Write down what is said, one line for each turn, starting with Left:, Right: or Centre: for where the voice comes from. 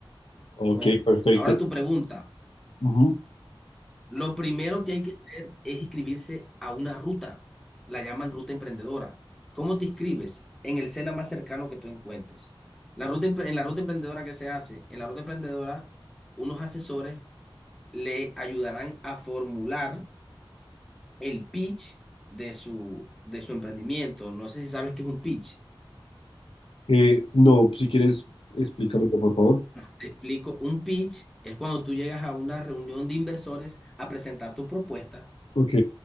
Left: ok,
Centre: Bueno,
Left: perfecto.
Centre: ahora tu pregunta.
Left: Ujú.
Centre: Lo primero que hay que hacer es inscribirse a una ruta. La llaman ruta emprendedora. ¿Cómo te inscribes? En el SENA más cercano que tú encuentres. La ruta, empre- en la ruta emprendedora que se hace, en la ruta emprendedora, unos asesores le ayudarán a formular el pitch de su, de su emprendimiento. No sé si sabes qué es un pitch.
Left: Eh, no, si quieres, explícame por favor.
Centre: Te explico, un pitch es cuando tú llegas a una reunión de inversores a presentar tu propuesta.
Left: Ok,